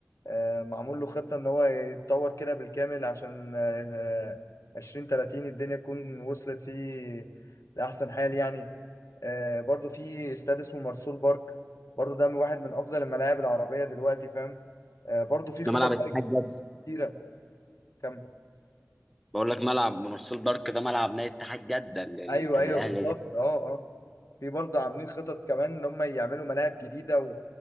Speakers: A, on the left (about 85°); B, in the centre.
A: آه، معمول له خطه ان هو يتطور كده بالكامل عشان آه، 2030 الدنيا تكون وصلت فيه لاحسن حال يعني آه، برضو في استاد اسمه مرسول بارك برضو ده من واحد من افضل الملاعب العربيه دلوقتي فاهم آه، برضو في خطط
B: ده ملعب اتحاد
A: بقى
B: جده
A: كتيره كم
B: بقول لك ملعب مارسيل بارك ده ملعب نادي اتحاد جده اللي اللي
A: ايوه
B: كان
A: ايوه
B: الاهلي
A: بالظبط
B: لا.
A: اه اه في برضه عاملين خطط كمان ان هم يعملوا ملاعب جديده و...